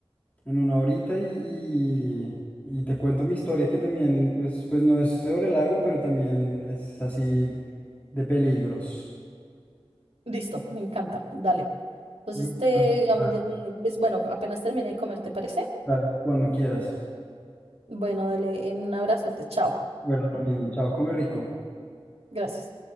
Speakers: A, on the left; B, on the right.
A: en una horita y, y, y te cuento mi historia que también, pues, pues no es sobre el agua, pero también es así de peligros.
B: Listo, me encanta, dale. Entonces
A: Bueno,
B: te llamo
A: dale,
B: en 10 minutos. Bueno, apenas terminé de comer, ¿te parece?
A: dale, cuando quieras.
B: Bueno, dale, eh, un abrazote, chao.
A: Bueno, lo mismo. Chao, come rico.
B: Gracias.